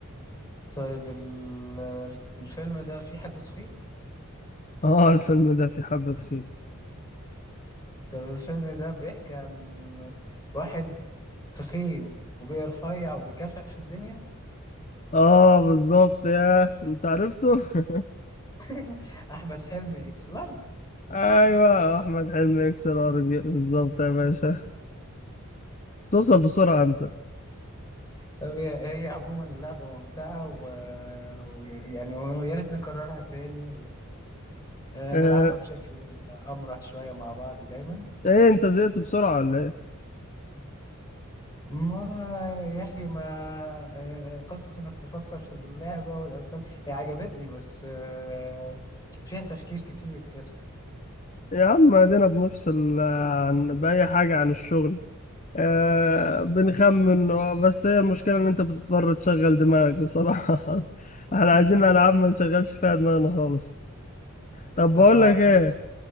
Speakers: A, on the left; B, on the left.
A: طيب ال- الفيلم ده فيه حد تخين
B: اه الفيلم ده في حبة خير
A: طيب الفيلم ده بيحكي عن واحد تخين وبيرفيع وبيكافح في الدنيا
B: اه بالظبط يا انت عرفته <laughs>
A: <laughs> احمد حلمي اكس لارج
B: ايوه احمد حلمي يكسر ارجل بالظبط يا باشا توصل بسرعة انت
A: طب هي هي عموما اللعبه ممتعه ويعني و... ويعني ويا ريت نكررها تاني ونلعبها
B: آه
A: بشكل امرح شويه مع بعض دايما
B: ايه انت زهقت بسرعة ولا ايه
A: ما يا اخي ما آه، آه، قصه انك تفكر في اللعبه والافلام هي عجبتني بس آه، فيها تفكير كتير كده
B: يا عم ادينا بنفصل آه، عن بأي حاجة عن الشغل آه بنخمن آه، بس هي المشكلة إن أنت بتضطر تشغل دماغك بصراحة <laughs> احنا
A: <laughs>
B: عايزين ألعاب ما نشغلش فيها دماغنا خالص طب بقول
A: طب
B: لك إيه
A: خم...